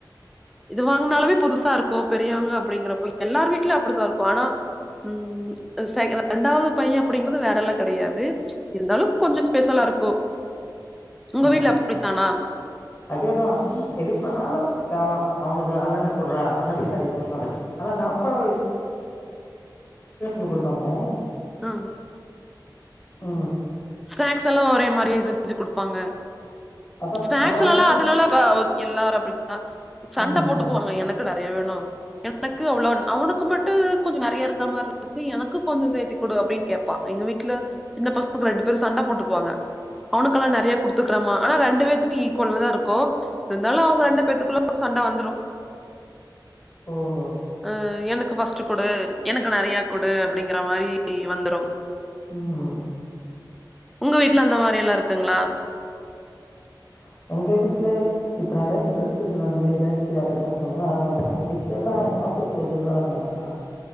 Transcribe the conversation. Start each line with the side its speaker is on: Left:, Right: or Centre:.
Centre: இது வாங்குனாலுமே புதுசா இருக்கு பெரியவங்க அப்டிங்கிறப்ப எல்லார் வீட்லயு அப்பிடித்தா இருக்கு ஆனா ம் செகண ரெண்டாவது பைய அப்டிங்கது வேற எல்லா கெடையாது இருந்தாலு கொஞ்சோ ஸ்பெஷலா இருக்கு உங்க
Left: அ
Centre: வீட்ல அப்படித்தானா
Left: அதேதா எது பண்ணாலு தாவ அவனுக்கு அண்ணனுக்கு குட்றா அண்ணனுக்கு பாதி குட்றா ஆனா சாப்பா <unintelligible> குடுப்பாங்க
Centre: அ
Left: அ
Centre: ஸ்நாக்ஸ் எல்லா ஒரே மாரியே செஞ்சு குடுப்பாங்க
Left: அத
Centre: ஸ்நாக்ஸ்ல்லா
Left: அவ வந்து
Centre: அதுல எல்லா எல்லாரு அப்பிடித்தா சண்ட
Left: ம்.
Centre: போட்டுக்குவாங்க எனக்கு நெறையா வேணு எனக்கு அவ்ளோ அவனுக்கு மட்டு கொஞ்சோ நெறைய இருக்க மாரி இருக்குது எனக்கு கொஞ்சோ சேர்த்தி குடு அப்டின்னு கேப்பா எங்க வீட்ல சின்ன பசங்க ரெண்டு பேர் பேரு சண்ட போட்டுக்குவாங்க அவனுக்கெல்லா நெறைய குடுத்துக்கறமா ஆனா ரெண்டு பேர்த்துக்கு ஈக்குவல்லா தா இருக்கு இருந்தாலு அவங்க ரெண்டு பேர்த்துக்குள்ள சண்ட வந்துரு
Left: ஓஹோ!
Centre: அ எனக் பஸ்ட்டு குடு எனக்கு நெறைய குடு அப்டிங்கிற மாரி வந்துரு
Left: ம்
Centre: உங்க வீட்ல அந்த மாரில்லா இருக்குங்ளா
Left: ஆஹ எங்க வீட்ல இப்ப நா எதாச்சு டிரஸ் எடுத்து வந்து எதாச்சு வேற எதனா பண்ணா அத மட்டு தா மிச்சொல்லா சாப் ப்புற போது வர மாட்டா